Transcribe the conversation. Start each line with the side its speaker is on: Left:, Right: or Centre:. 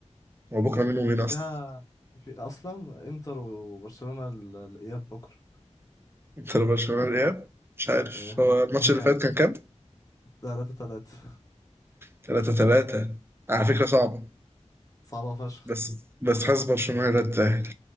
Right: هو بكره مين ومين اصلا
Left: فيها في اصلا انتر وبرشلونة ال- الاياب بكره
Right: انت برشلونه الاياب مش عارف
Left: آه، هن-
Right: هو الماتش
Left: هناك
Right: اللي فات كان كام؟
Left: 3 3
Right: 3 3 على فكرة صعبة
Left: صعبة فشخ
Right: بس بس حاسس برشلونة لا تتأهل